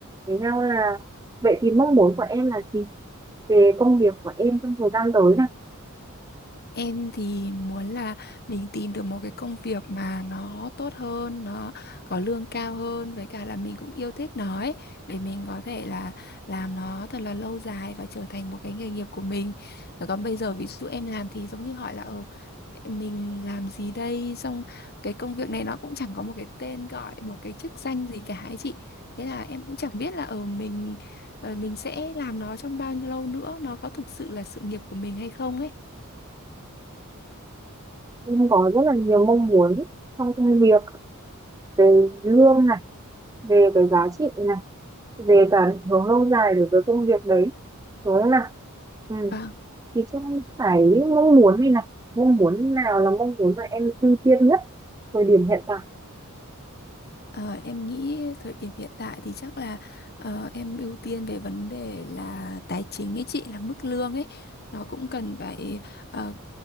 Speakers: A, on the right; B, on the left.
A: với nhau là vậy thì mong muốn của em là gì về công việc của em trong thời gian tới này
B: Em thì muốn là mình tìm được một cái công việc mà nó tốt hơn, nó có lương cao hơn với cả là mình cũng yêu thích nó ấy, để mình có thể là làm nó thật là lâu dài và trở thành một cái nghề nghiệp của mình. Rồi Còn bây giờ ví dụ em làm thì giống như hỏi là ờ mình làm gì đây xong cái công việc này nó cũng chẳng có một cái tên gọi, một cái chức danh gì cả ấy chị. Thế là em cũng chẳng biết là ờ mình ờ, mình sẽ làm nó trong bao nhiêu lâu nữa, nó có thực sự là sự nghiệp của mình hay không ấy.
A: em có rất là nhiều mong muốn trong công việc về lương về cái giá trị này về cả định hướng lâu dài đối với công việc đấy đúng không nào ừ.
B: Vâng.
A: thì trong phải mong muốn này này mong muốn nào là mong muốn mà em ưu tiên nhất thời điểm hiện tại
B: Ờ, em nghĩ thời điểm hiện tại thì chắc là ờ, em ưu tiên về vấn đề là tài chính ấy chị là mức lương ấy nó cũng cần phải ờ,